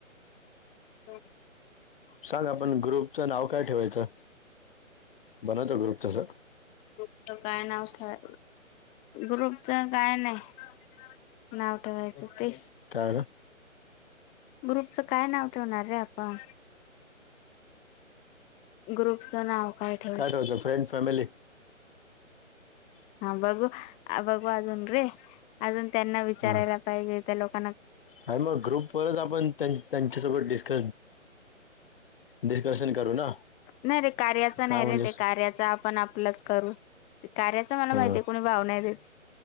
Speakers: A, on the left; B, on the left.
A: हो,
B: सांग आपण ग्रुपच नाव काय ठेवायचं,, बनवतो ग्रुप तसं.
A: ग्रुपच काय नाव ठेवा ग्रुपच काय नाही,, नाव ठेवायचं,, ते,,
B: काय ना
A: ग्रुपचं काय नाव ठेवणार रे आपण,,, ग्रुपचं नाव काय ठेवू
B: ठेवायचं
A: शकत?
B: फ्रेंड फॅमिली
A: हा बघू,, बघू अजून रे,, अजून त्यांना विचारायला
B: हां
A: पाहिजे त्या लोकऽऽ
B: आणि मग ग्रुप वरच आपण, त्यांच्या सोबत डिस्क डिस्कशन करू ना
A: नाही रे,, कार्याचा नाही
B: काय म्हणजेस
A: रे,, ते कार्याचा आपण आपलंच करू. कार्याच मला
B: हां
A: माहितीय,, कोणी भाव नाही देत,,